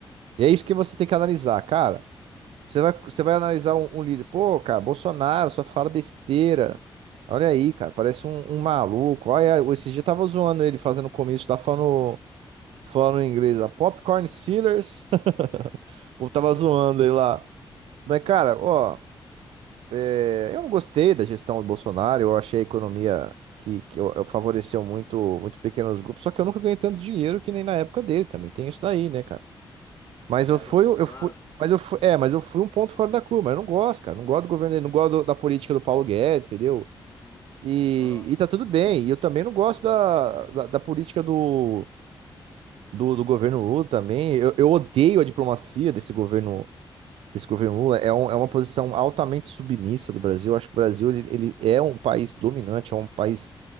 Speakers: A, on the right; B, on the left.
A: E é isso que você tem que analisar, cara. Você vai, você vai analisar um, um líder, pô, cara, Bolsonaro só fala besteira. Olha aí, cara, parece um, um maluco. Olha, esses dias eu tava zoando ele fazendo comício, tá falando falando em inglês a Popcorn Sealers, <laughs> o povo tava
B: <laughs>
A: zoando ele lá. Mas, cara, ó, é, eu não gostei da gestão do Bolsonaro, eu achei a economia que, que eu- eu favoreceu muito, muito pequenos grupos, só que eu nunca ganhei tanto dinheiro que nem na época dele, também tem isso daí, né, cara? Mas
B: Na
A: eu
B: época
A: fui,
B: do Bolsonaro?
A: eu fui, mas eu fui, é, mas eu fui um ponto fora da curva, eu não gosto, cara, não gosto do governo dele, não gosto do- da política do Paulo Guedes, entendeu?
B: Uhum.
A: E,
B: Aham.
A: e tá tudo bem, e eu também não gosto da, da da política do, do, do governo Lula também. Eu, eu odeio a diplomacia desse governo desse governo Lula é, um-
B: Lula.
A: é uma posição altamente submissa do Brasil. Eu acho que o Brasil ele, ele é um país dominante, é um país